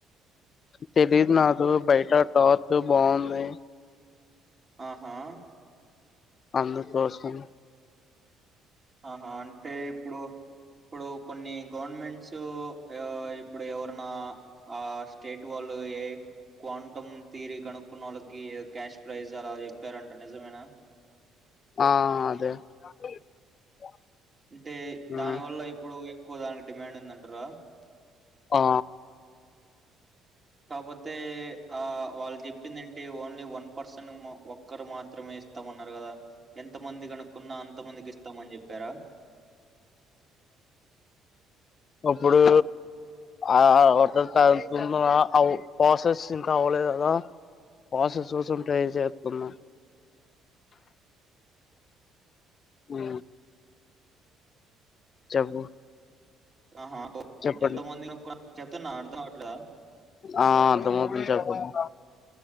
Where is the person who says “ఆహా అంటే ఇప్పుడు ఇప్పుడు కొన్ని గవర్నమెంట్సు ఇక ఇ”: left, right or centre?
Right